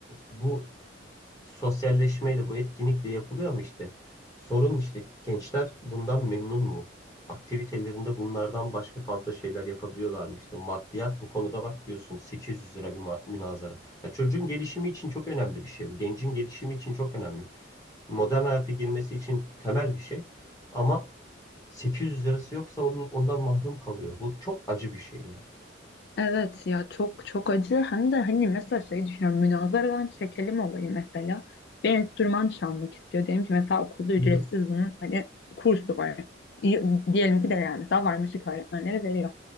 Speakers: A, on the left; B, on the left.
A: bu sosyalleşmeyle bu etkinlik de yapılıyor ama işte sorun işte gençler bundan memnun mu? Aktivitelerinde bunlardan başka fazla şeyler yapabiliyorlar mı? İşte maddiyat bu konuda bak diyorsun 800 lira bir ma- münazara. Ya çocuğun gelişimi için çok önemli bir şey bu. Gencin gelişimi için çok önemli. Modern hayata girmesi için temel bir şey ama 800 lirası yoksa onun, ondan mahrum kalıyor. Bu çok acı bir şey ya.
B: Evet ya çok çok acı hem de hani mesela şey düşünüyorum münazaradan çekelim olayı mesela bir enstrüman çalmak istiyor diyelim ki mesela okulda ücretsiz
A: Hı hı.
B: bunun hani kursu var Y- diyelim ki de yani mesela var müzik öğretmenleri veriyor